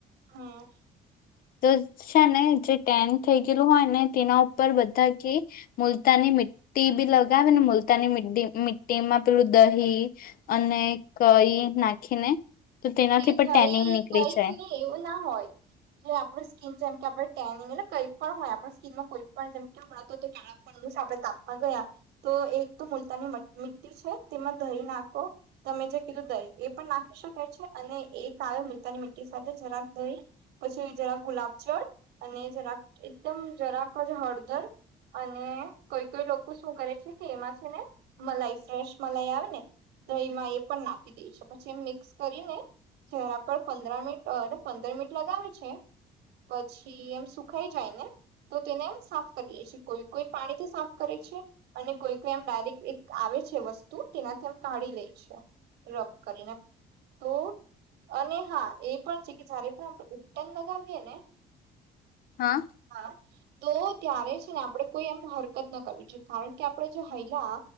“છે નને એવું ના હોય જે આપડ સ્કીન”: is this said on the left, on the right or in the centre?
Right